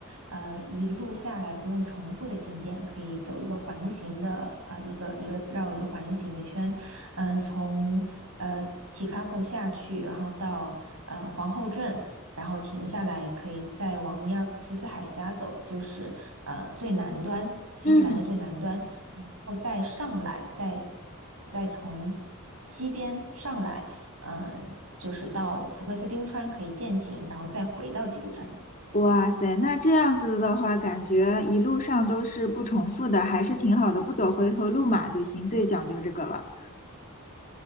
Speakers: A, on the right; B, on the left.
A: 呃，一路下来不用重复的景点，可以走一个环形的，呃，一个一个绕一个环形的圈，嗯，从呃 Tekapo 下去，然后到呃皇后镇，然后停下来，可以再往米尔福斯海峡走，就是呃最南端，新西兰的最南端，
B: 嗯。
A: 然后再上来，再再从西边上来。嗯，就是到福克斯冰川可以践行，然后再回到基督城。
B: 哇塞，那这样子的话，感觉一路上都是不重复的，还是挺好的，不走回头路嘛。旅行最讲究这个了。